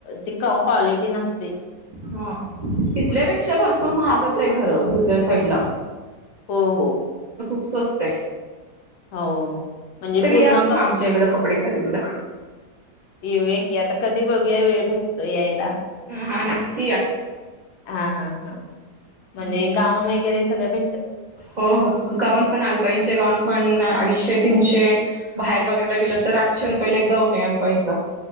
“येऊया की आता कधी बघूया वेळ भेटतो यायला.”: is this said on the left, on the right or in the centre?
Left